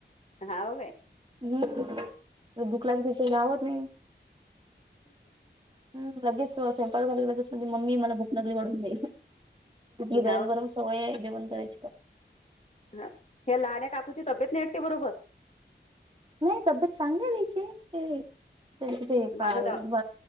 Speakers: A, on the left (about 40°); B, on the right (about 25°).
A: हाव होय.
B: हम्, भुकला लागली तसं राहवत नाही. हम, लगेच स्वयंपाक झाले लगेच म्हणजे मम्मी मला भूक लागली वाढून दे, गरम,
A: हाव
B: गरम- होय जेवण करायची का?
A: हं. ह्या लाड्या काकूची तब्येत नाही वाटते बरोबर.
B: नाही तब्येत चांगलं तेची ते- त्याच ते काय
A: मागं दा
B: ब